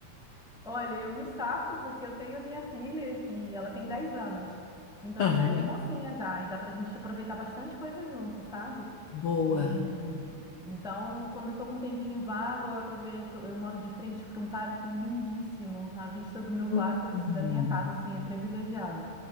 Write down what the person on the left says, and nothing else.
<laughs> Aham.
Boa,
Hum.